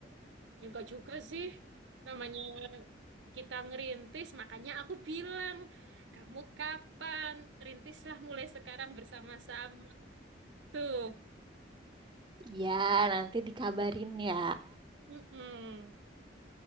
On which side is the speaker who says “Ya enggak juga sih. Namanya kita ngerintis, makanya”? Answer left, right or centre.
Right